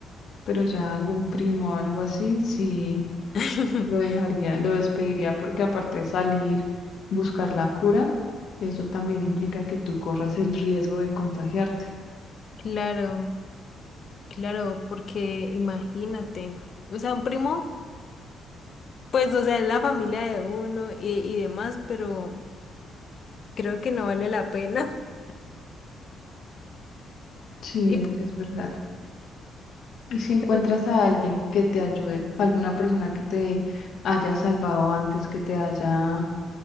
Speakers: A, on the left; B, on the left.
A: pero ya algún primo o algo así, sí
B: <laughs>
A: lo dejaría, lo despediría porque aparte de salir, buscar la cura, eso también implica que tú corras el riesgo de contagiarte.
B: Claro. Claro, porque imagínate, o sea, un primo, pues, o sea, es la familia de uno y, y demás, pero creo que no vale la pena. <laughs>
A: Sí,
B: Y
A: es,
B: p-
A: es verdad. Y si encuentras
B: pero
A: a alguien que te ayude, alguna persona que te haya salvado antes, que te haya